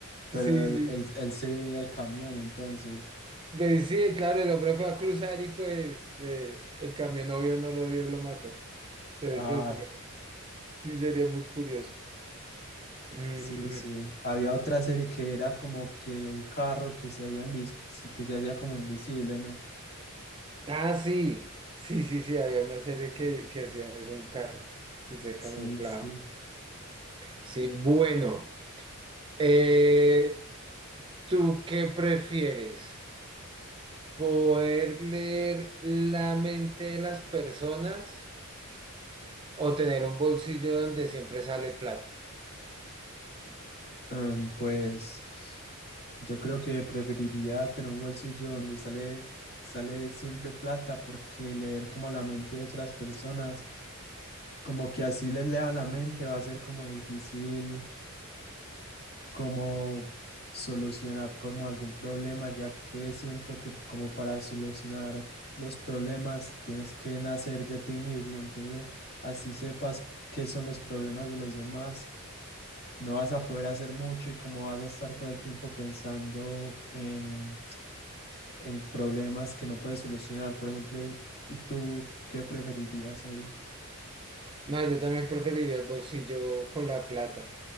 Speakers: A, on the left; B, on the right.
A: Pero
B: Sí,
A: él,
B: sí.
A: él, él se veía el camión, entonces.
B: Pues sí, claro, el hombre fue a cruzar y pues eh, el camión no vio, no lo vio y lo mató. Entonces,
A: Ah,
B: pues bueno, sí sería muy curioso. Mm,
A: sí, sí. Había otra serie que era como que un carro que se había invis- que se hacía como invisible, ¿no?
B: Ah, sí, sí, sí, sí, había una serie que, que hacía eso, un carro, sí, se
A: Sí,
B: camuflaba.
A: sí.
B: Sí, bueno, eh, ¿tú qué prefieres? ¿Poder leer la mente de las personas o tener un bolsillo donde siempre sale plata?
A: Em, pues yo creo que preferiría tener un bolsillo donde sale, sale siempre plata porque leer como la mente de otras personas, como que así les lea la mente, va a ser como difícil como solucionar como algún problema, ya que siento que como para solucionar los problemas tienes que nacer de ti mismo, entonces así sepas qué son los problemas de los demás, no vas a poder hacer mucho y como vas a estar todo el tiempo pensando en, en problemas que no puedes solucionar, por ejemplo, ¿y, y tú qué preferirías ahí?
B: No, yo también preferiría el bolsillo con la plata.